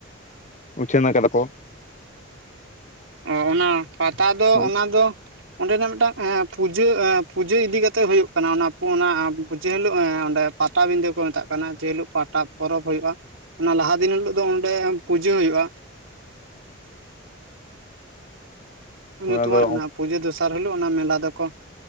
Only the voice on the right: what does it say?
ᱚ ᱚᱱᱟ ᱯᱟᱛᱟ ᱫᱚ
ᱚᱱᱟ ᱫᱚ᱾ ᱚᱸᱰᱮᱱᱟᱜ ᱢᱮᱜᱴᱟᱝ ᱮᱸ ᱯᱩᱡᱟᱹ ᱮᱸ ᱯᱩᱡᱟᱹ ᱤᱫᱤ ᱠᱟᱛᱮᱜ ᱦᱳᱭᱳᱜ ᱠᱟᱱᱟ ᱚᱱᱟ ᱠᱚ ᱚᱱᱟ ᱡᱮᱦᱤᱞᱳ ᱚᱸᱰᱮ᱾ ᱯᱟᱴᱟᱵᱤᱸᱫᱟᱹ ᱠᱚ ᱢᱮᱛᱟᱜ ᱠᱟᱱᱟ ᱡᱮᱦᱤᱞᱳᱜ ᱯᱟᱴᱟ ᱯᱚᱨᱚᱵᱽ ᱦᱳᱭᱳᱜ-ᱟ᱾ ᱚᱱᱟ ᱞᱟᱦᱟ ᱫᱤᱱ ᱦᱤᱞᱳᱜ ᱫᱚ ᱚᱸᱰᱮ ᱯᱩᱡᱟᱹ ᱦᱳᱭᱳᱜ-ᱟ᱾ ᱧᱩᱛᱩᱢᱟᱱ᱾
<unintelligible> ᱯᱩᱡᱟᱹ ᱫᱚᱥᱟᱨ ᱦᱤᱞᱳᱜ ᱚᱱᱟ ᱢᱮᱞᱟ ᱫᱚᱠᱚ